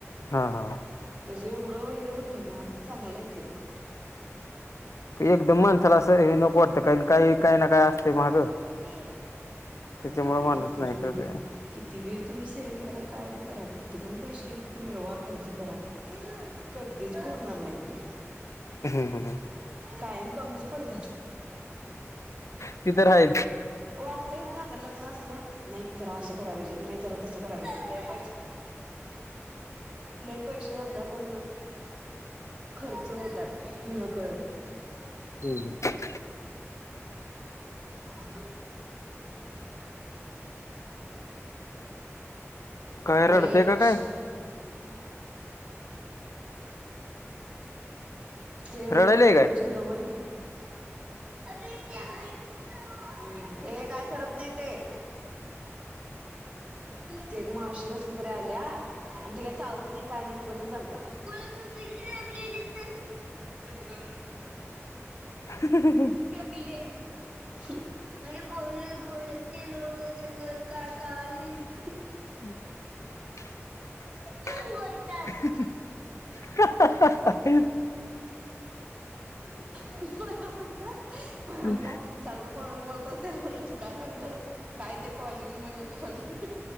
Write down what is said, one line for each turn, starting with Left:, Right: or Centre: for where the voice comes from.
Left: हा हा
Right: त्याच एवढं हे होतंय ना चांगला आहे ते पण
Left: एकदम माणसाला असं हे नको वाटतं कारण काय काही काही ना काय असते मागं
Right: हे,
Left: त्याच्यामुळे
Right: काय
Left: माणूस
Right: <inaudible> किती
Left: नाही करत
Right: बी तुम्ही सेविंग करा काय बी करा किती पण पैसे मिळवा खर्च करा कधीच पुरणार नाही ते.
Left: हम्म हम्म हम्म.
Right: कायम कमीच पडतात.
Left: ती तर हायच.
Right: वाटतय ना आता लग्न असलं नाही जरा असं कराय पाहिजे नाही ज या करा पाहिजे लय पैसे, लय पैसे आहेत आपल्या पण खर्च होतात न कळत.
Left: हम्म.
Right: <unintelligible>
Left: काय
Right: ए
Left: रडतेय का काय
Right: ते
Left: रडायलय
Right: लाइट
Left: काय
Right: झिरोबल्ब अरे ते आहे ए काय करत नाही ते ते एक माशी कसली तरी आल्या आणि ती काय चावत नाही काय नाही आणि उगाचच दंगा <inaudible>
Left: ह
Right: ते गले आणि बोलत बोलत ते लोक कसे मग काय <inaudible>
Left: ह हा
Right: काय बोलतास
Left: ह <unintelligible>
Right: मला म्हणता मला म्हणता
Left: हम
Right: सारखं फोनवर बोलतच ते लो का सांग काय ते कॉलिंग म्हण कॉलिंग